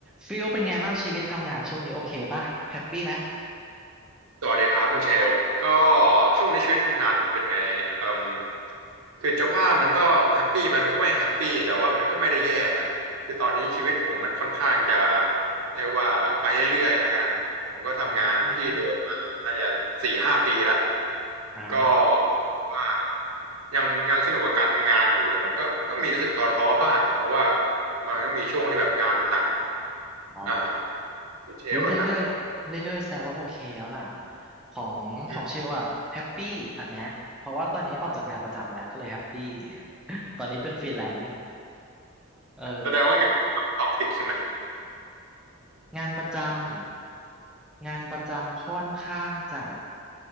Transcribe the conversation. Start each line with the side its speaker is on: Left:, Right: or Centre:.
Centre: ฟิลเป็นไงบ้างชีวิตทำงานช่วงนี้โอเคป่ะแฮปปี้ไหม
Right: สวัสดีครับคุณเชลก็ช่วงนี้ชีวิตทำงานผมเป็นไงเอ่มคือจะว่ามันก็แฮปปี้ไหมมันก็ไม่แฮปปี้แต่ว่ามันก็ไม่ได้แย่นะคือตอนนี้ชีวิตผมมันค่อนข้างจะเรียกว่าไปเรื่อยๆแล้วกันผมก็ทำงานที่เดิมมาน่าจะสี่ห้าปีแล้ว
Centre: อืมอ่า
Right: ก็รู้สึกว่ายังยังสนุกกับการทำงานอยู่แต่มันก็ก็มีรู้สึกท้อๆบ้างเพราะว่ามันก็มีช่วงที่แบบงานมันหนัก
Centre: อ๋อ
Right: อ่าคุณเชลล่ะครับ
Centre: อุ้ยเรื่อยๆเรื่อยๆแสดงว่าโอเคแล้วล่ะของของเชลอะแฮปปี้ตอนเนี้ยเพราะว่าตอนนี้ออกจากงานประจำแล้วก็เลยแฮปปี้
Right: อืม
Centre: <laughs> ตอนนี้เป็นฟรีแลนซ์เออ
Right: แสดงว่างานท็อกซิกใช่ไหม
Centre: งานประจำงานประจำค่อนข้างจะ